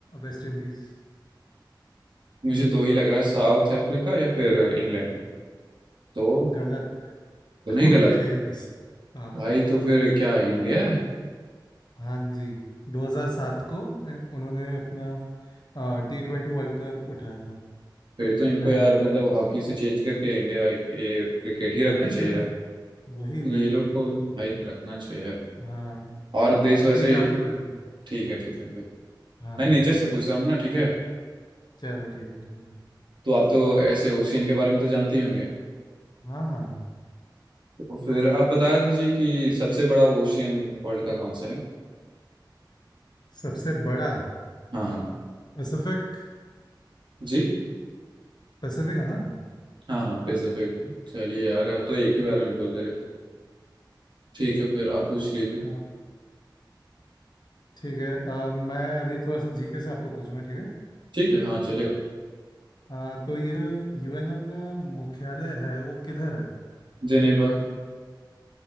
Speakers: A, on the left (about 60°); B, on the right (about 75°).
A: West Indies
B: मुझे दो ही लग रहा है साउथ अफ्रीका या फिर इंग्लैंड तो
A: गलत
B: तो नहीं
A: कोई
B: गलत
A: भी नहीं इनमें से हाँ
B: भाई तो फिर क्या इंडिया है
A: हाँ जी 2007 को ए, उन्होंने अपना टी ट्वेंटी वर्ल्ड कप उठाया था
B: फिर तो इनको
A: पहला
B: यार मतलब हॉकी से चेंज करके इंडिया ये क्रिकेट ही रखना
A: वही
B: चाहिए
A: ना
B: यार
A: वही
B: ये
A: वही
B: लोग को भाई रखना चाहिए यार
A: हाँ
B: और देश वैसे
A: ठीक है आपकी बारी
B: ठीक है ठीक है फिर
A: हाँ
B: मैं
A: हाँ
B: नेचर
A: हाँ
B: से पूछता हूँ ना ठीक है
A: चलो ठीक है ठीक है
B: तो आप तो ऐसे ओशियन के बारे में तो जानते ही होंगे
A: हाँ हाँ
B: तो फिर आप बता दीजिए कि सबसे बड़ा ओशियन वर्ल्ड का कौन सा है
A: सबसे बड़ा
B: हाँ हाँ
A: पैसिफिक
B: जी
A: पैसिफिक है ना
B: हाँ हाँ पैसिफिक चलिए यार
A: हाँ
B: आप तो एक ही बारे में बोल दे रहे हो ठीक है फिर आप पूछ लीजिए
A: हाँ ठीक है अ, मैं अभी थोड़ा सा जीके से आपको पूछूंगा ठीक है
B: ठीक है हाँ चलेगा
A: अ, तो ये जो यूएनओ का मुख्यालय है वो किधर है
B: जेनेवा